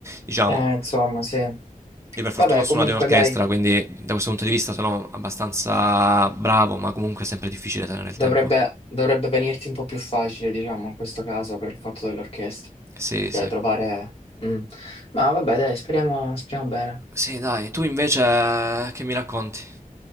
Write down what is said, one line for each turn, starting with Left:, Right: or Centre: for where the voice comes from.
Right: diciamo.
Left: eh, insomma, sì.
Right: Io per fortuna
Left: Vabbè,
Right: ho suonato
Left: comunque
Right: in orchestra,
Left: dai.
Right: quindi da questo punto di vista sono abbastanza bravo, ma comunque è sempre difficile tenere il tempo.
Left: Dovrebbe, dovrebbe venirti un po' più facile, diciamo, in questo caso, per il fatto dell'orchestra.
Right: Sì,
Left: Cioè,
Right: sì.
Left: trovare... mm. Ma vabbè, dai, speriamo, speriamo bene.
Right: Sì, dai, tu invece che mi racconti?